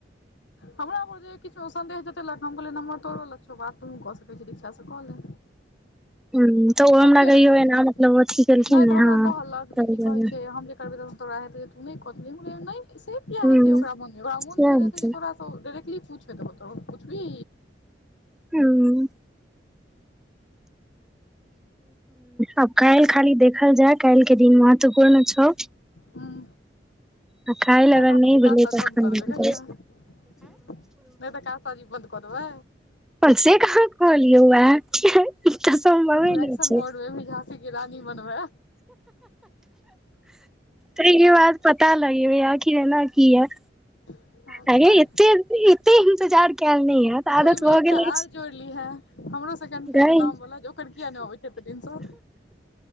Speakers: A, on the left; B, in the centre.
A: हमरा पर जे किछो सन्देशह जेतेलक हम कहलियै नमर तोड़ो लग छौ, बात तुहू कऽ सकै छी दीक्षा से कऽ ले।
B: हूँ तऽ ओ हमरा
A: हम किय
B: कहियो
A: रखतिये
B: एना मतलब अथी केलखिन
A: नै
B: ने
A: तऽ
B: हँ
A: हमरा कहलक
B: तहि
A: जे की
B: दुआरे
A: कहै छै हम ब तोरा हेते तू नै क दल्हि हम कहलियै नै से किआ
B: हूँ
A: हेते ओकरा मोन
B: सेह
A: मे भेल
B: हेतै
A: हेते जे तोरा तऽ उ डायरेक्टली पूछैत होतौ पुछभी।
B: हुं। आब काएल खाली देखल जाय, काएल के दिन महत्वपूर्ण छौ।
A: हुं।
B: आ काल्हि
A: नै
B: अगर
A: तऽ हम
B: नहि
A: ऐ काज-ताज
B: भेलै तखन
A: बन्द कऽ
B: देखल
A: देबै कही ने नै तऽ काज-ताज ई बन्द कऽ देबै।
B: <unintelligible> से कहाँ कहलियौ आए। ई त सम्भवे
A: रिएक्शन
B: नै छै।
A: मोड मे भी झाँसी की रानी बनबै
B: तैयो आब पता लगेबै आखिर एना किया।
A: अच्छा
B: अ गे एते, एते इन्तजार काएल नै हैतऽ
A: तऽ
B: आदत
A: ओहिमे
B: भऽ
A: एकटा
B: गेल एछ।
A: आर जोड़लीहे हमरो सेकेंड फेज
B: गैय।
A: मे नाम वाला जे ओकर किया नहि अबै छै एते दिन सँ